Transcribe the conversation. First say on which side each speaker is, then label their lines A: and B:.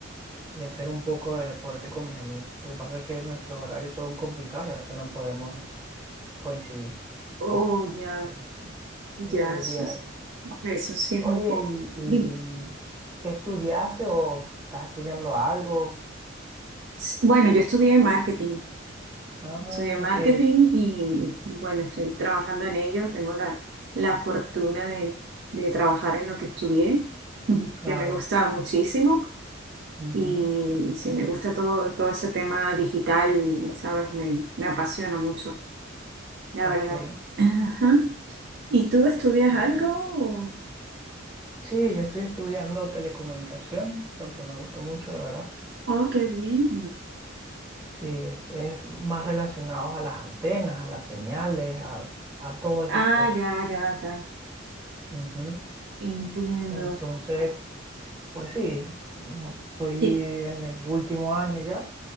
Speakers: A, on the right (about 15°); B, on the right (about 55°).
A: y hacer un poco de deporte con mis amigos. Lo que pasa es que nuestros horarios son complicados y a veces no podemos eh, coincidir.
B: Oh, ya,
A: Pero sí,
B: ya,
A: yo
B: eso,
A: diría
B: es-
A: eso.
B: eso sí es
A: Oye,
B: un poco.
A: ¿y, y
B: Dime.
A: qué estudiaste o estás estudiando algo?
B: S- Bueno, yo estudié marketing.
A: Ah,
B: Estudié marketing
A: ok,
B: y, y bueno, estoy trabajando en ello. Tengo la, la fortuna de, de trabajar en lo que estudié, <laughs>
A: claro.
B: que me gusta muchísimo.
A: Ujú,
B: Y sí, me gusta todo, todo ese tema digital y, ¿sabes? Me, me apasiona mucho, la verdad.
A: Ok, qué
B: Ajá. ¿Y tú estudias
A: bien.
B: algo? o-
A: Sí, yo estoy estudiando telecomunicaciones porque me gusta mucho, la verdad.
B: Oh, qué bien.
A: Sí, es más relacionados a las antenas, a las señales, a, a todas
B: Ah,
A: esas cosas.
B: ya, ya, ya.
A: Ujú.
B: Entiendo.
A: Entonces, pues sí, mm, estoy en
B: Y,
A: el último año ya